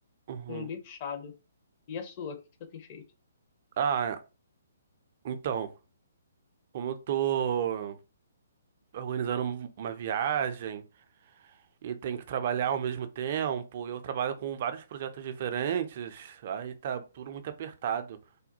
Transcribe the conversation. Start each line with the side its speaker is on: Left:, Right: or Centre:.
Right: Uhum.
Left: sendo bem puxado. E a sua, o que que você tem feito?
Right: Ah, então, como eu tô organizando um- uma viagem e tenho que trabalhar ao mesmo tempo, eu trabalho com vários projetos diferentes, aí tá tudo muito apertado.